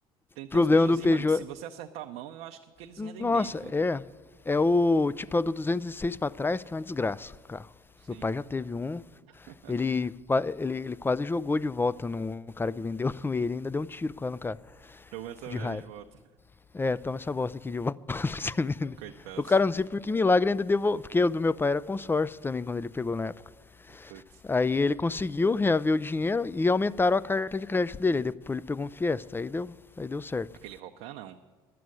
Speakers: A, on the right; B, on the left.
A: tem, tem
B: problema
A: uns Peugeotzinhos,
B: do Peugeot.
A: mano, que se você acertar a mão, eu acho que, que eles
B: Nossa,
A: rendem bem, viu?
B: é. É o tipo é o do 206 pra trás, que é uma desgraça. o Carro.
A: Sim.
B: Meu pai já teve um.
A: <laughs>
B: Ele, qua- ele, ele quase jogou de volta no cara que vendeu <laughs> ele. Ainda deu um tiro quase no cara.
A: Toma essa
B: De
A: merda
B: raiva.
A: de volta.
B: É, toma essa bosta aqui de volta. <laughs> que você me deu.
A: Coitado.
B: o cara, não sei por que milagre, ainda devolveu. Porque o do meu pai era consórcio também, quando ele pegou na época.
A: <laughs> Putz.
B: Aí ele conseguiu reaver o dinheiro e aumentaram a carta de crédito dele. Aí depois ele pegou um Fiesta. Aí deu, aí deu certo.
A: Aquele Rocan, não.